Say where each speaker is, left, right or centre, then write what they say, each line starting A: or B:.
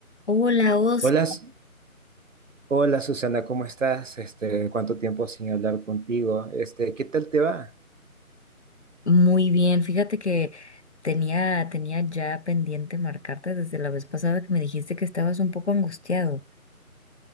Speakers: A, on the left; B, on the right.
A: Hola, Oscar.
B: Hola, Su- hola Susana, ¿cómo estás? Este, ¿cuánto tiempo sin hablar contigo? Este, ¿qué tal te va?
A: Muy bien, fíjate que tenía, tenía ya pendiente marcarte desde la vez pasada que me dijiste que estabas un poco angustiado.